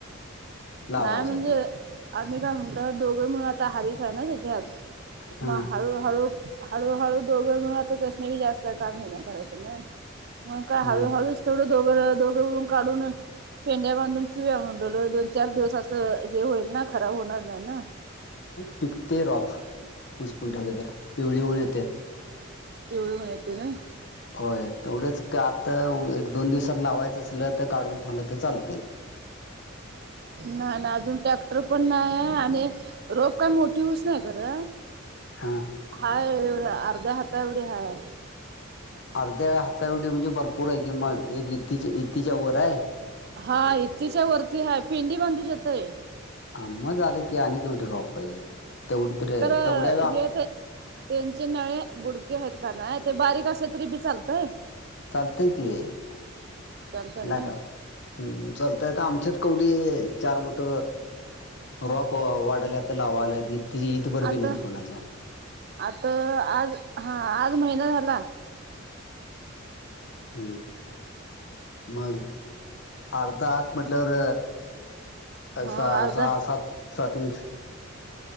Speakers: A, on the left; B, on the right.
A: लावायच्या
B: नाय म्हणजे.
A: आधी
B: आम्ही काय म्हणतो दोघं म्हणून आता हारी चा हाय ना त्याच्यात
A: हा
B: मग हळू हळू हळूहळू दोघं म्हणून आता तस नही जास् का कामही नाही करायचं नाही मग काय
A: हा
B: हळूहळूच तेवढं दोघं दोघं उून काढून पेंड्या बांधून ठेवू म्हणल दोन चार दिवस असं जे होईल ना खराब होणार नाही ना,
A: पिकते रॉफ उसचपून ठेवले तर पिवळी होऊन येते.
B: पिवळी होण येतेना.
A: होय तेवढेच कि आता एक दोन दिवसात लावायचं असल तर काढून ठेवलं तर चालतंय. <inaudible>
B: नाही ना अजून टॅक्टर पण नाही आहे आणि रोप काय मोठी होऊस नाही घरं
A: हां
B: हाय एवढ्या अर्ध्या हाता एवढे हाय
A: अर्ध्या व हाता येव्हडी म्हणजे भरपूर आहे की मग एक इतीच्या इतीच्या वर आहे
B: हा इतीिच्या वरती हय प पेडी बांधू शकतोय
A: हा मज आलं की अक एवढी र्रॉप पाहिजे तेवढी तरी
B: खर
A: तेवढ्या
B: हे ते त्यांचे नळे बुडके आहेत का नाही ते बारीक असे तरी बी चालतय
A: चालतय की तेला
B: चालत ना
A: का हम्म चालताय तर आमच्यात कवडी चार बोट रॉप वाढल्यात लावाल्यात इती इतभरभी
B: आता
A: नाहीत कुनाच्यात कोणाच्या
B: आता आज हा आज महिना झाला
A: हम् मग अर्धा आात म्हटल्यावर
B: हा
A: सहा
B: अर्धा
A: सात सात सात हर्च